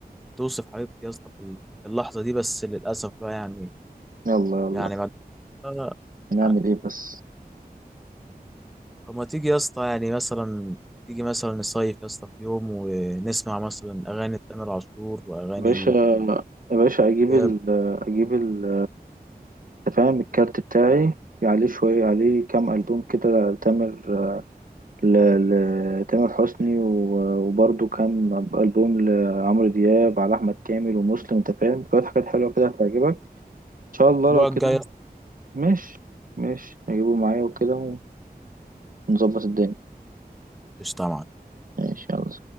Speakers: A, in the centre; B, on the right (about 60°).
A: بتوصف حبيبتي يا اسطى في اللحظة دي بس للأسف بقى يعني
B: يلا يلا
A: يعني بعد كده
B: نعمل
A: يعني
B: إيه بس
A: طب ما تيجي يا اسطى يعني مثلا تيجي مثلا نصيف يا اسطى في يوم ونسمع مثلا اغاني تامر عاشور واغاني
B: يا باشا يا باشا أجيب
A: الإياب
B: ال أجيب ال أنت فاهم الكارت بتاعي عليه شوية عليه كام ألبوم كده تامر ل- لتامر حسني و- وبرضه كان ألبوم لعمرو دياب على أحمد كامل ومسلم أنت فاهم شوية حاجات حلوة كده هتعجبك إن شاء الله
A: الاسبوع
B: لو كده
A: الجاي يا اسطى
B: ماشي ماشي هجيبه معايا وكده ونظبط الدنيا
A: قشطة يا معلم.
B: ماشي يلا